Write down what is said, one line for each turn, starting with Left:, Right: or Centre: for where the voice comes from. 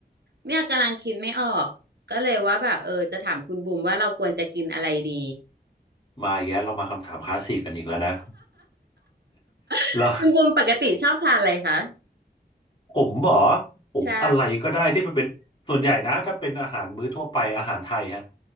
Right: เนี่ยกำลังคิดไม่ออกก็เลยว่าแบบเออจะถามคุณบูมว่าเราควรจะกินอะไรดี
Left: มาอีกแล้วเรามาคำถามคลาสสิกกันอีกแล้วนะ
Right: <laughs>
Left: แล้ว
Right: คุณบูมปกติชอบทานอะไรคะ
Left: ผมเหรอผมอะไรก็ได้ที่มันเป็นส่วนใหญ่นะถ้าเป็นอาหารมื้อทั่วไปอาหารไทยฮะ
Right: ใช่